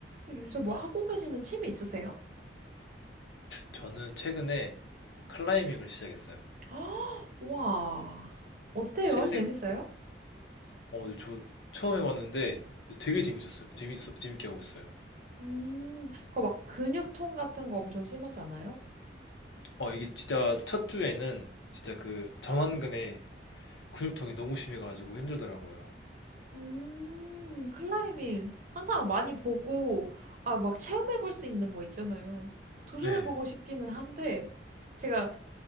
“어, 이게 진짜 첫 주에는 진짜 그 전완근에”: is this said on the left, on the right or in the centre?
Left